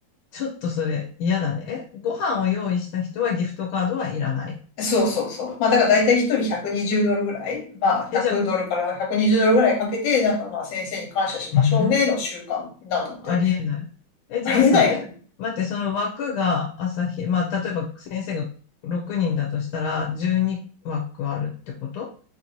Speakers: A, on the left; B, on the left.
A: ちょっとそれ嫌だね。え、ご飯を用意した人はギフトカードはいらない。
B: そうそうそう。まあだから大体一人120ドルぐらい、まあ100ドルから120ドルぐらいかけて、
A: え、じゃあ、
B: なんかまあ先生に感謝しましょうねの習慣なんだって。
A: えーありえない。え、じゃあさ、
B: ありえないよね。
A: え、待って、その枠が朝日、まあ例えば先生が6人だとしたら12枠あるってこと